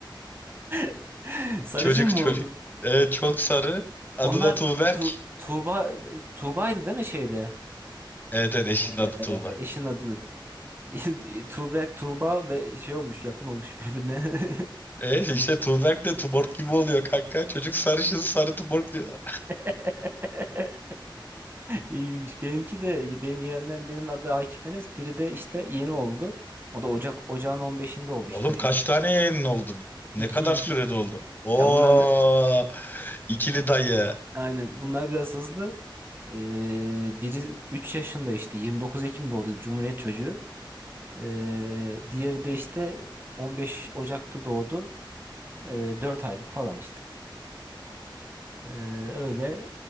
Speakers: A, on the right (about 25°); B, on the left (about 20°).
A: <laughs> Sarışın
B: Çocuk
A: mı
B: çocuk.
A: oldu?
B: Evet çok sarı. Adı
A: Onlar
B: da Tuğberk.
A: tu Tuğba Tuğba'ydı değil mi şeyde?
B: Evet evet eşinin
A: Ee,
B: adı Tuğba.
A: eşin adı. <laughs> Tuğbek Tuğba ve şey olmuş yakın olmuş birbirine. <laughs>
B: E işte Tuğberk de Tuborg gibi oluyor kanka. Çocuk sarışın sarı Tuborg diyor.
A: <laughs> İyiymiş. Benimki de benim yeğenlerim birinin adı Akif Enes, biri de işte yeni oldu. O da Ocak Ocağın 15'inde oldu işte.
B: Oğlum kaç tane yayının oldu? Ne
A: iki
B: kadar
A: iki
B: sürede oldu? Oo,
A: Ya bunlar biraz
B: ikili dayı.
A: aynen. Bunlar biraz hızlı. Ee, biri 3 yaşında işte 29 Ekim doğdu Cumhuriyet çocuğu. Ee, diğeri de işte 15 Ocak'ta doğdu. Ee, 4 aylık falan işte. Ee, öyle.